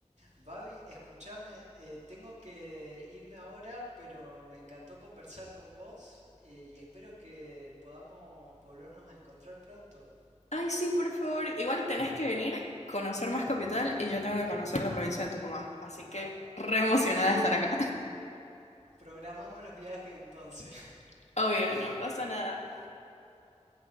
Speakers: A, on the right; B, on the left.
A: Babi, escúchame, eh, tengo que irme ahora, pero me encantó conversar con vos eh, y espero que podamos volvernos a encontrar pronto.
B: Ay, sí, por favor. Igual tenés que venir, conocer más capital y yo tengo que conocer la provincia de Tucumán. Así que re emocionada de estar acá.
A: Programamos los viajes entonces. <laughs>
B: <laughs> Obvio, no pasa nada.